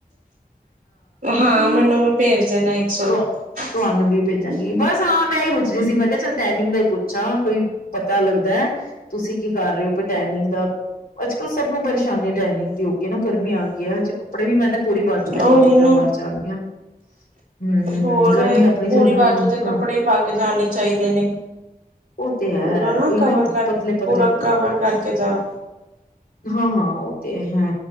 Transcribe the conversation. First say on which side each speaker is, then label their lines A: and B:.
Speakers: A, on the right (about 75°); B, on the left (about 70°).
A: ਹਾਂ ਮੈਨੂੰ ਵੀ ਭੇਜ ਦੇਣਾ ਇੱਕ ਸੋਪ
B: ਤੁ ਤੁਹਾਨੂੰ
A: -
B: ਵੀ ਭੇਜਾਂਗੀ ਬਸ ਹਾਂ ਮੈਂ ਇਹ ਹੀ ਪੁੱਛ ਰਿਹੀ ਸੀ। ਕ ਚੱਲ ਟੈਨਿੰਗ ਦਾ ਹੀ ਪੁੱਛਾਂ ਕੋਈ ਪਤਾ ਲੱਗਦਾ ਤੁਸੀਂ ਕੀ ਕਰ ਰਹੇ ਹੋ ਕੋਈ ਟੈਨਿੰਗ ਦਾ ਅੱਜ ਕੱਲ ਸਭ ਨੂੰ ਪਰੇਸ਼ਾਨੀ ਟੈਨਿੰਗ ਦੀ ਹੋ ਗਈ ਆ, ਨਾ ਗਰਮੀ ਆ ਗਈ ਹੈ ਹ ਕੱਪੜੇ ਵੀ ਮੈਂ ਤਾਂ ਪੂਰੀ ਬਾਜੂ ਦੇ
A: ਉਹੀ
B: ਪਾਉਂਦੀ ਪਿਆ
A: ਨਾ
B: ਬਾਹਰ ਜਾਣ ਲਗਿਆ। ਹਮ
A: ਹੋਰ
B: ਗਰਮੀ ਆਪਣੀ
A: ਪੂਰੀ
B: ਜਗ੍ਹਾ
A: ਬਾਜੂ ਦੇ ਕੱਪੜੇ ਪਾ ਕੇ ਜਾਣੇ ਚਾਹੀਦੇ ਨੇ
B: ਤੇ ਆ,
A: ਪੂਰਾ
B: ਉਹੀ
A: ਕਵਰ
B: ਨਾ
A: ਕਰ
B: ਪਤਲੇ -ਪਤਲੇ
A: ਪੂਰਾ
B: ਕੱਪੜੇ
A: ਕਵਰ ਕਰਕੇ ਜਾਓ
B: ਹਾਂ- ਹਾਂ, ਉਹ ਤੇ ਹੈ।